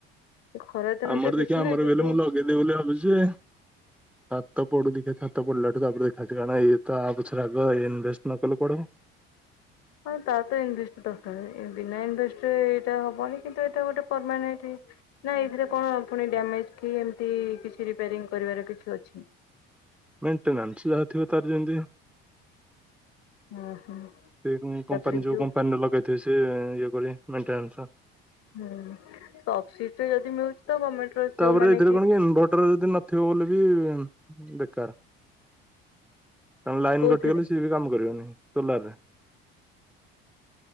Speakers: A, on the left; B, in the centre.
A: ଖରା ଦିନ
B: ଆମର
A: ଟା ବେଶୀ
B: ଦେଖିବା ଆମର
A: ନା ଏବେ
B: ବଲେ
A: ଯୋଉ
B: ମୁଁ ଲଗେଇଦେବ ବୋଲି ଭାବୁଛି। ଛାତ ପଡୁ ଦେଖି ଛାତ ପଡିଲାଠୁ ତାପରେ ଦେଖାଛି କାରଣ ଇଏ ତ ଆ ପଛରେ ଆଗ ଇନଭେଷ୍ଟ ନ କଲେ କୁଆଡୁ ହେବ
A: ହଁ ତାର ତ ଇନଭେଷ୍ଟ ଦରକାର ବିନା ଇନଭେଷ୍ଟ ରେ ଏଟା ହବନି କିନ୍ତୁ ଏଟା ଗୋଟେ ପରମାନେଟ ନା ଏଥିରେ କଣ ଡ୍ୟାମେଜ କି ଏମତି କି କିଛି ରିପାରିଙ୍ଗ କରିବାର କିଛି ଅଛି?
B: ମେଣ୍ଟେନାନ୍ସ ଯାହା ଥିବ ତାର ଯେମିତି
A: ହୁଁ ହୁଁ
B: ସେ
A: ତାପରେ
B: କମ୍ପାନୀ ଯଉ
A: ଯୋଉ
B: କମ୍ପାନୀରେ ଲଗେଇଥିବେ ସେ ମେଣ୍ଟେନସ
A: ହୁଁ ସବ ସିଟ ରେ ଯଦି ମିଳୁଛି। ତ ଗମେଣ୍ଟ ର
B: ତାପରେ
A: ଯୋଉମାନେ
B: ଏଥିରେ କଣ କି ଇନଭର୍ଟର ଯଦି ନଥିବ ବୋଲି ବି ବେକାର କଣ ଲାଇନ୍
A: କୋଉଥିରେ
B: କଟିଗଲେ ସିଏ ବି କାମ କରିବନି ସୋଲାର